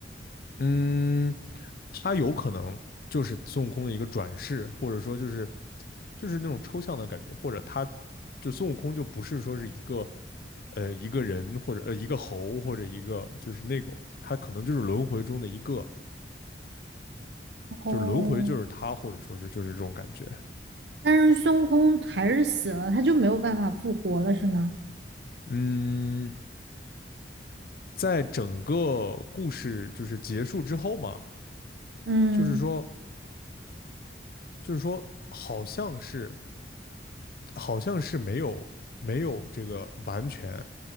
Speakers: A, on the left; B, on the right.
A: 嗯，他有可能就是孙悟空的一个转世，或者说就是就是那种抽象的感觉，或者他就孙悟空就不是说是一个呃一个人或者呃一个猴或者一个就是那种，他可能就是轮回中的一个，
B: 哦，
A: 就是轮回就是他，或者说是就是这种感觉，
B: 但是孙悟空还是死了，他就没有办法复活了，是吗？
A: 嗯。在整个故事就是结束之后嘛，
B: 嗯
A: 就是说，就是说，好像是好像是没有没有这个完全